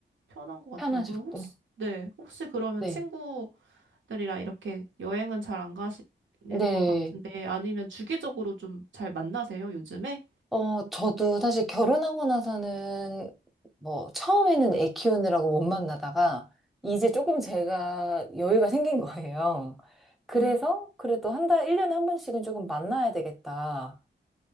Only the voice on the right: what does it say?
편한 것 같아요.
그럼 혹시, 네, 혹시 그러면
친구들이랑 이렇게 여행은 잘 안 가시는
것 같은데, 아니면 주기적으로 좀 잘 만나세요, 요즘에?
음.